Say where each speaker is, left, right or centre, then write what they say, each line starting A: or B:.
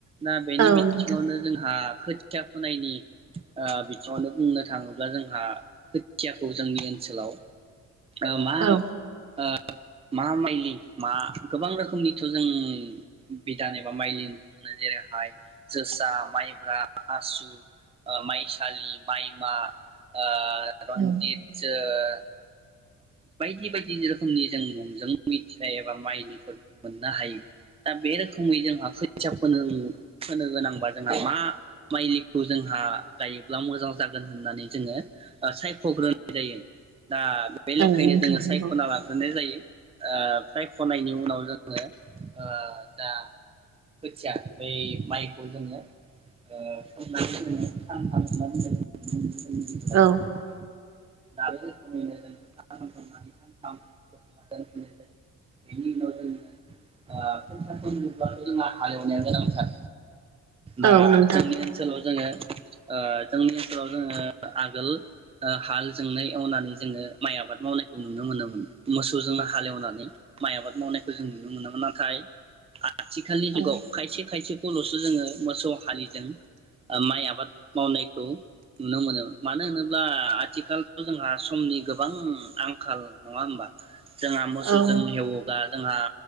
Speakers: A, on the right; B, on the right.
A: ना बेनि
B: औ
A: बिथिङावनो
B: नोंथां
A: जोंहा। खोथिया फोनायनि ओ बिथिङावनो बुंनो थाङोब्ला जोंहा। थियाखौ जोंनि ओनसोलाव। ओ माब
B: औ
A: ओ। मा माइलि मा गोबां रोखोमनिथ' जों बिधान एबा माइलि नुनो मोनो जेरैहाय। जोसा माइब्रा। ओ माइसालि माइमा ओ। रनजित
B: औ
A: जो। <unintelligible> बायदि बायदि रोखोमनि जों मुंजों मिथिनाय एबा माइनलिफोर मोननो हायो दा बे रोखोम। फुंमै जोंहा खोथिया फोनोम। फोनो गोनांबा जोंहा मा माइलिखौ जोंहा गायोब्ला मोजां जागोन होननानै जोङो। ओ सायख'ग्रोनाय जायो। दा। बे लेखायैनो
B: औ नोंथां
A: जोङो
B: नंगौ
A: सायख'ना लाग्रोनाय जायो। ओ सायख'नायनि उनाव जोङो ओ दा खोथिया बै माइखौ जोङो। ओ <unintelligible> सानथाम सोमना दोनजायो।
B: औ
A: <unintelligible> <unintelligible> ाथामननानै सानथामोखांा दोनफिननाय जायो बेनि उनाव जोङो फन्सा खन नोब्लाथ' जोंहा हालेवनाया गोनांथार। दा
B: औ नोंथां
A: जों। जोङो ओ जोंनि ओनसोलाव जोङो आगोल हालजोंनो जोंनाय एवनानै जोङो। माइ आबाद मावनायखौ नुनो मोनोमोन मोसौजोंनो हालेवनानै माइ आबाद मावनायखौ जों नुनो मोनोमोन नाथाय। आथिखालनि जुगाव
B: औ
A: खायसे खायसेखौल'सो जोङो मोसौ। हालिजों ओ माइ आबाद मावनाय। खौ नुनो मोनो मानो होनोब आथिखालथ' जोंहा समनि गो गोबां आं। आंखाल नङा होमबा जोंहा मोसौजों
B: औ
A: हेवोबा जोंहा।